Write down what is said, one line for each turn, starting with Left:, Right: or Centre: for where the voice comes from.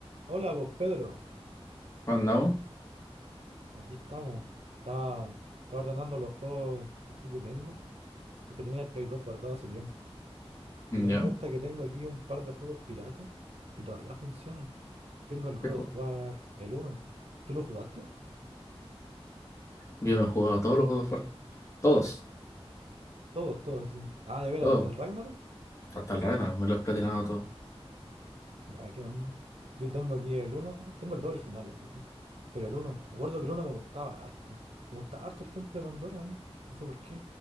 Right: Hola, pues Pedro,
Left: Juan andamos?
Right: aquí estamos. Estaba, estaba ordenando los juegos aquí que tengo, porque tenía el Play 2 guardado hace tiempo.
Left: mm,
Right: Y me
Left: ¿Ya?
Right: di cuenta que tengo aquí un par de juegos piratas que todavía funcionan. Tengo el
Left: ¿Qué
Right: God
Left: juego?
Right: of War, el uno. ¿Tú lo jugaste?
Left: Yo me he jugado todos los God of War. Todos,
Right: Todos, todos, sí. Ah, de veras,
Left: todos.
Right: hasta el Ragnarok.
Left: Hasta el rato, me lo he platinado todo.
Right: Ya, qué onda. Yo tengo aquí el uno, tengo el 2 original, eso sí. Pero el uno, me acuerdo que el uno me gustaba harto. Me gustaba harto el Templo de Pandora a mí. No sé por qué.